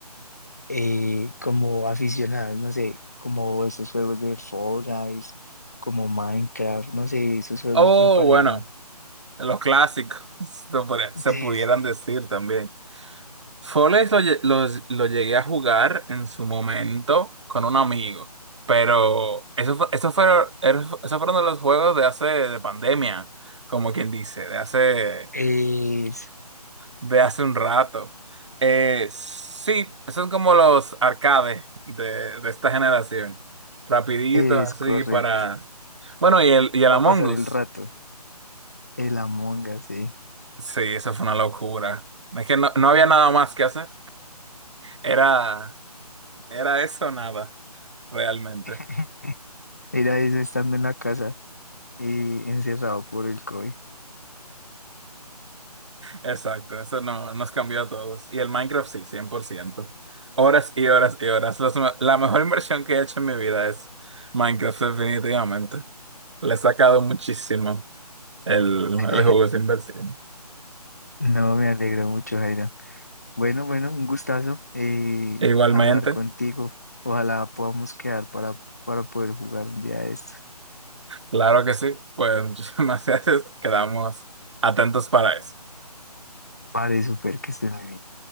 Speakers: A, on the left; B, on the right.
A: eh, como aficionadas, no sé, como esos juegos de Fall Guys, como Minecraft, no sé, esos juegos
B: Oh,
A: me parecen.
B: bueno, los clásicos, <laughs> se podría- se
A: Sí,
B: pudieran
A: sí.
B: decir también. Foles lo, lle- los- lo llegué a jugar en su momento con un amigo, pero eso fue, eso fue, eso fueron de los juegos de hace, de pandemia, como quien dice, de hace
A: Es,
B: de hace un rato. Eh, sí, son como los arcades de, de esta generación. Rapiditos,
A: es
B: así
A: correcto.
B: para... Bueno, y el, y el
A: Para
B: Among
A: pasar
B: Us.
A: el rato, el Among Us, sí.
B: Sí, eso fue una locura. Es que no, no había nada más que hacer. Era, era eso o nada, realmente.
A: <laughs> Era eso estando en la casa. y encerrado por el COVID.
B: Exacto, eso no, nos cambió a todos. Y el Minecraft sí, 100%, Horas y horas y horas. Los me- la mejor inversión que he hecho en mi vida es Minecraft, definitivamente. Le he sacado muchísimo. El,
A: <laughs>
B: el juego es inversión.
A: No, me alegro mucho, Jairo. Bueno, bueno, un gustazo eh,
B: Igualmente,
A: hablar contigo. Ojalá podamos quedar para, para poder jugar un día de estos.
B: claro que sí, pues <laughs> muchísimas gracias. Quedamos atentos para eso.
A: Vale, súper, que estés muy bien.